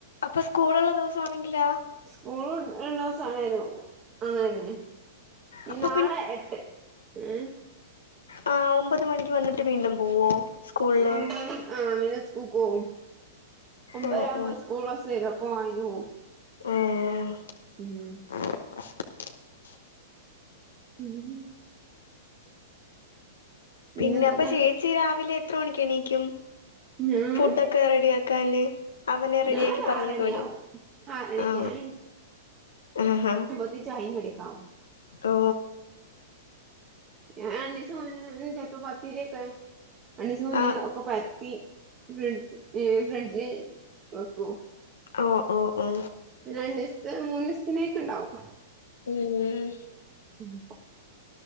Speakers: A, on the left; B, on the right.
A: അപ്പ സ്കൂള് ഒള്ള ദിവസണെങ്കിലോ
B: സ്കൂൾ ഒള്ള ദിവസ <unintelligible> അങ്ങനെന്നെ
A: അപ്പൊ
B: നാളെ എട്ട് മ്
A: ആ ഒമ്പത് മണിക്ക് വന്നിട്ട് വീണ്ടും പോവോ സ്കൂളില്
B: ഒമ്പ മണി ആ പിന്നെ സ്കൂൾക്ക് പോവും ഒമ്പരാക്കുമ്പോ
A: ഓ ഓ
B: സ്കൂൾ ബസ്സ്‌ വെരും <unintelligible> ഉ
A: ആഹ്
B: ഉം
A: <inaudible>
B: ഉഹ് പിന്നെന്തൊക്കെ
A: പിന്നെ അപ്പ ചേച്ചി രാവിലെ എത്ര മണിക്ക് എണീക്കും
B: ഞാൻ
A: ഫുഡൊക്കെ റെഡിയാക്കാന് അവനെ റെഡിയാക്കി
B: ഞാൻ ഒരു
A: പറഞ്ഞക്ക
B: ആറണിയാവും
A: വിടണ്ടേ
B: ആറണിക്ക്
A: ആ
B: ഞാൻ
A: ആഹ ആഹ
B: ഒര് ചായിം കടിക്കെ ആവും
A: ഓ
B: അ രണ്ടീസം മുന്നേ ചെലപ്പം പത്തിരിയൊക്കെ രണ്ടീസം മുന്നേ
A: ആഹ്
B: ഒക്കെ പ ഫ്രണ്ട്സ് ഏ ഫ്രഡ്ജി വക്കും
A: ഓ ഓ ഓ
B: പിന്നെ രണ്ട് ദിവസത്തെ മൂന്ന് ദിവസത്തിനേക്ക ഉണ്ടാവും
A: ഉം
B: ഉം